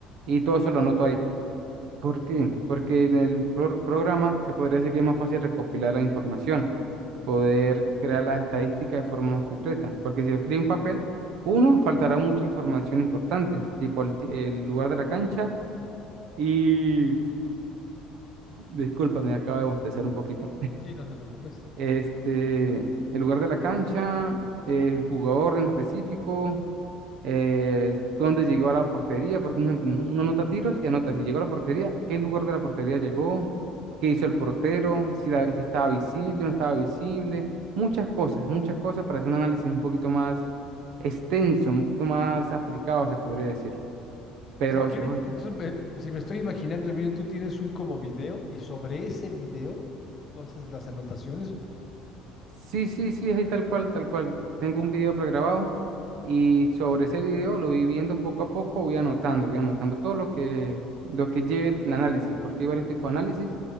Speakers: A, on the right; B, on the left.
A: y todo eso lo anoto ahí. ¿Por qué? Porque en el pro- programa se podría decir que es más fácil recopilar la información, poder
B: Ok.
A: crear las estadísticas de forma más concreta. Porque si lo escribe en papel, uno, faltará mucha información importante, tipo el, ti- el lugar de la cancha y... Disculpa, me acabo de bostezar un poquito.
B: Sí, no te preocupes.
A: Este, el lugar de la cancha, el jugador en específico, eh, dónde llegó a la portería, porque uno, uno anota tiros y anota si llegó a la portería, qué lugar de la portería llegó, qué hizo el portero, si, la- si estaba visible, no estaba visible, muchas cosas, muchas cosas para hacer un análisis un poquito más extenso, un poquito más aplicado, se podría decir. Pero
B: O sea, quiere,
A: si fue.
B: que entonces, me- si me estoy imaginando bien, tú tienes un como video y sobre ese video tú haces las anotaciones.
A: Sí, sí, sí, ahí tal cual, tal cual. Tengo un video pregrabado y sobre ese video lo voy viendo poco a poco, voy anotando, voy anotando todo lo que, lo que lleve el el análisis, porque hay varios tipos de análisis,